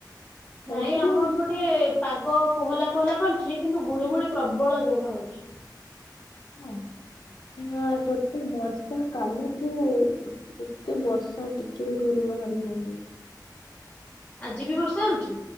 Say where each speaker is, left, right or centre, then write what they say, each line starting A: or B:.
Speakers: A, on the left; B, on the left.
A: ନାଇଁ
B: ହଉଛି
A: ଆମ
B: ନା କଣ?
A: ଏପଟେ ପାଗ କୋହଲା କୋହଲା କରିଚି କିନ୍ତୁ ଗୁଳୁଗୁଳି ପ୍ରବଳ ଜୋରେ ହୋଉଚି।
B: ଓ ନା ଏପଟେ ବର୍ଷା କାଲିଠୁ ଉହ୍ ଏତେ ବର୍ଷା ଟିକେ ବି ଘରୁ ବାହାରି ହୋଉନି।
A: ଆଜି ବି ବର୍ଷା ହୋଉଚି?